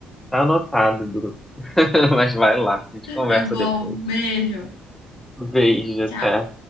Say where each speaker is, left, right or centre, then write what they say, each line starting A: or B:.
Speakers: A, in the centre; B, on the left (about 65°).
A: tá anotado, Bruno. <laughs> Mas vai lá, a gente
B: Tá
A: conversa
B: bom,
A: depois.
B: beijo.
A: Beijo,
B: Tchau.
A: até.